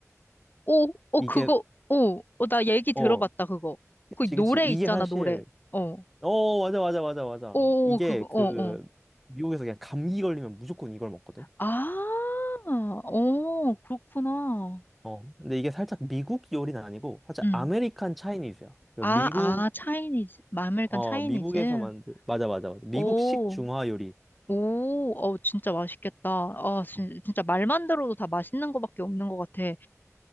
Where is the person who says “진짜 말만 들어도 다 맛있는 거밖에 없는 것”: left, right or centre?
Left